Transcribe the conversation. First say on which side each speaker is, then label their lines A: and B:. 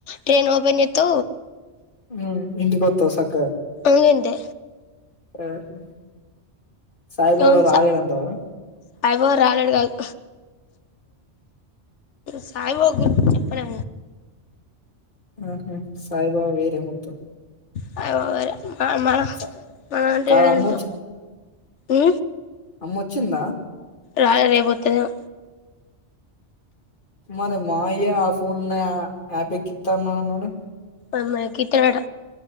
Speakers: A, on the left; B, on the left.
A: ట్రైన్ ఓపెన్ చె త్తు
B: ఉ ఇంటికి వత్తావ్ సక్కగా
A: ఇంగంతే
B: ఆహ సాయిబాబ
A: అవును
B: రాలేడంటవ
A: సా సాయిబాబా రాలేడు కాదు సాయిబాబు గురించి చెప్పలే
B: ఆహా సాయిబాబా వేరే మొత్తం
A: సాయిబాబా వేరే మ మ
B: స
A: మన అంటే
B: కాదు అమ్మ
A: ఏంటో ఊ
B: అమ్మొచ్చిందా
A: రాలే రేపొత్తదేమొ
B: మరి మావయ్యే ఆ ఫోన్ ల యాప్ ఎక్కిత్తా న అన్నాడు
A: అమ్మా ఎక్కిత్తాడట